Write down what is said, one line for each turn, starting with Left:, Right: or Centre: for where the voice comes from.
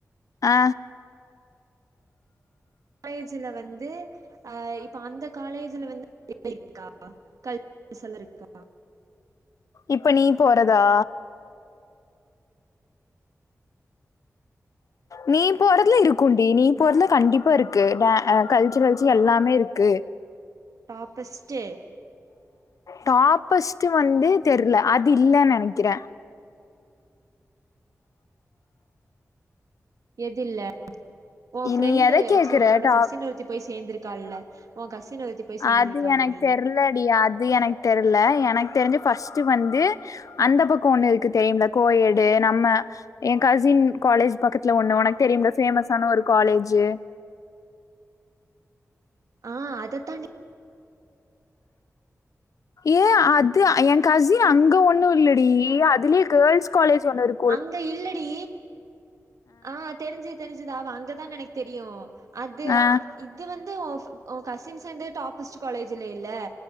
Left: ஆ
Right: காலேஜ்ல வந்து அ இப்ப அந்த காலேஜ்ல வந்து <unintelligible> இருக்கா கல் <unintelligible> இருக்கா
Left: இப்ப நீ போறதா நீ போறதுல இருக்குண்டி நீ போறதுல கண்டிப்பா இருக்கு ட கல்ச்சுரசு எல்லாமே இருக்கு
Right: டாப்பஸ்ட்
Left: டாப்பஸ்ட் வந்து தெர்ல அது இல்ல நெனைக்கிற
Right: எது இல்ல ஒ ஃப்ரெண்டு
Left: நீ எத கேக்குற
Right: சீ உன்னோட
Left: டா
Right: கசின் ஒருத்தி போய் சேரந்திருக்காள்ல ஒ கசின் ஒருத்தி போய் சேந்திருக்கால்லடி
Left: அது எனனக்கு தெர் இல்லடி அது எனக்கு தெரில எனக்கு தெரிஞ்சு பஸ்ட்ட் வந்து அந்த பக்க ஒண்ணு
Right: ம்
Left: இருக்கு தெரியும்ல கோயேடு நம்ம எஏ கசின் காலேஜ் பக்கத்துல ஒண்ணு உனக்கு தெரியும்ல பேமஸான ஒரு காலேஜு
Right: ஆ அதத்தாண்டி
Left: ஏ அது என் கசின் அங்க ஒண்ணு இல்லடி அதுலயே கேர்ள்ஸ் காலேஜ் ஒண்ணு இரு
Right: அங்க இல்லடி ஆ தெரிஞ்சு தெரிஞ்சுதாவ அங்கதான் எனக்கு தெரியும் அது
Left: ஆ
Right: இது வந்து உன் கசின்ஸ் வந்து டாபிஸ்ட் காலேஜ் இல்லேல